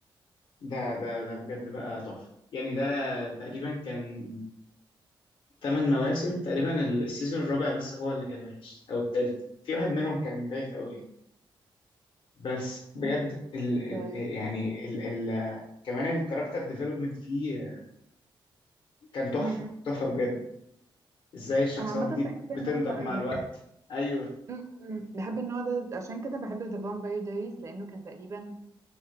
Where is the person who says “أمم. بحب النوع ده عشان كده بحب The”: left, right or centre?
Right